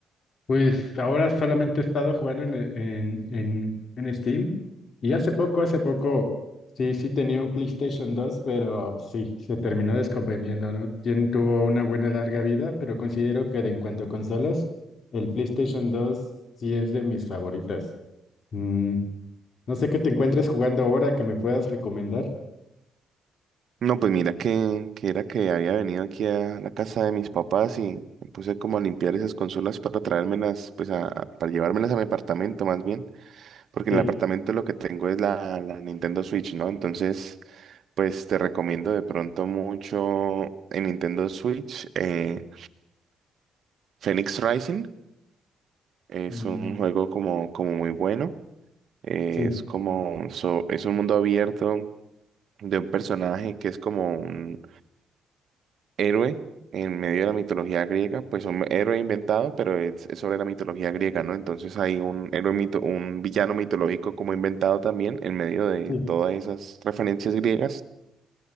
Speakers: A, on the left; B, on the right.
A: pues ahora solamente he estado jugando en, en, en, en Steam y hace poco, hace poco, sí, sí tenía un PlayStation dos pero sí, se terminó descomponiendo, ¿no? Tien- tuvo una buena larga vida, pero considero que de en cuanto a consolas, el PlayStation dos sí es de mis favoritas. Mm, no sé qué te encuentres jugando ahora que me puedas recomendar.
B: No, pues mira que, que era que había venido aquí a la casa de mis papás y me puse como a limpiar esas consolas para traérmelas, pues a, a- para llevármelas a mi apartamento más bien, porque
A: Sí,
B: en el apartamento lo que tengo es la, la Nintendo Switch, ¿no? Entonces, pues te recomiendo de pronto mucho en Nintendo Switch, eh, Phoenix Rising, es
A: mm,
B: un juego como, como muy bueno, eh,
A: sí,
B: es como, so- es un mundo abierto de un personaje que es como un héroe en medio de la mitología griega, pues un héroe inventado, pero es, es sobre la mitología griega, ¿no? Entonces hay un héroe mito, un villano mitológico como inventado también en medio de
A: sí,
B: todas esas referencias griegas.